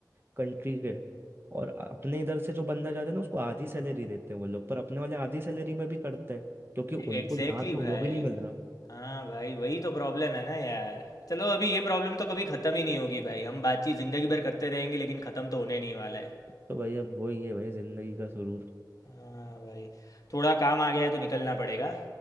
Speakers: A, on the right (about 30°); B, on the left (about 55°).
A: कंट्री के और अपने इधर से जो बंदा जाता है ना उसको आधी सैलरी देते हैं वो लोग पर अपने वाले आधी सैलरी में भी करते हैं क्योंकि उनको
B: एग्जैक्टली
A: यहाँ
B: exactly
A: तो
B: भाई
A: वो भी नहीं मिल रहा
B: हाँ भाई वही तो प्रॉब्लम है ना यार चलो अभी ये प्रॉब्लम तो कभी ख़त्म ही नहीं होगी भाई हम बातचीत ज़िंदगी भर करते रहेंगे लेकिन ख़त्म तो होने नहीं वाला है
A: तो भाई अब वही है भाई जिंदगी का सुरूर
B: हाँ भाई थोड़ा काम आ गया है तो निकलना पड़ेगा